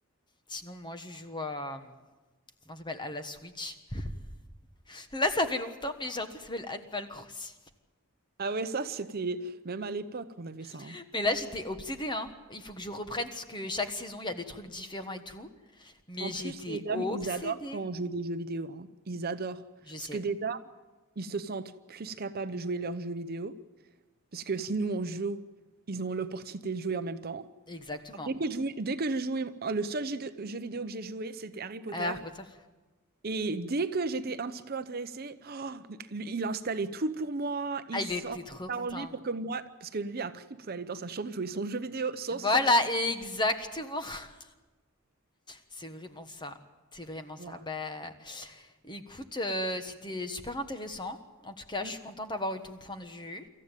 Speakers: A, on the left; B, on the right.
A: sinon moi je joue à comment ça s'appelle à la Switch. <laughs> Là, ça fait longtemps, mais j'ai un truc qui s'appelle Animal Crossing.
B: Ah ouais, ça, c'était... Même à l'époque, on avait ça.
A: <laughs>
B: hein.
A: Mais là, j'étais obsédée, hein. Il faut que je reprenne parce que chaque saison, il y a des trucs différents et tout. Mais
B: En
A: j'étais
B: plus, les
A: obsédée.
B: hommes, ils adorent quand on joue des jeux vidéo. hein. Ils adorent.
A: Je sais,
B: Parce que déjà, ils se sentent plus capables de jouer leurs jeux vidéo. Parce que si nous, on joue, ils ont l'opportunité de jouer en même temps.
A: exactement.
B: Dès que je jouais, dès que je jouais, euh, le seul jeu, de- jeu vidéo que j'ai joué, c'était Harry Potter.
A: Harry Potter.
B: Et dès que j'étais un petit peu intéressée, oh, lui, il installait tout pour moi, il
A: Ah, il
B: s'en-
A: était trop
B: il
A: content.
B: s'arrangeait pour que moi, parce que lui, après, il pouvait aller dans sa chambre jouer son jeu vidéo sans
A: Voilà,
B: se sortir.
A: exactement. <laughs> C'est vraiment ça. C'est vraiment ça.
B: Voilà.
A: Bah, écoute, euh, c'était super intéressant. En tout cas,
B: Mm.
A: je suis contente d'avoir eu ton point de vue.